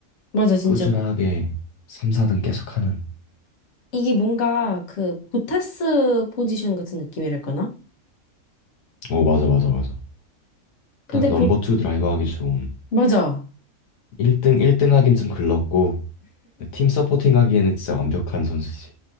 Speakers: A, on the left (about 65°); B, on the left (about 85°).
A: 맞아 진짜
B: 꾸준하게 3, 4등 계속하는.
A: 이게 뭔가 그 보타스 포지션 같은 느낌이랄까나?
B: 어, 맞아, 맞아, 맞아.
A: 근데
B: 딱 넘버
A: 보
B: 투 드라이버 하기 좋은.
A: 맞아.
B: 1등, 1등 하긴 좀 글렀고 팀 서포팅 하기에는 진짜 완벽한 선수지.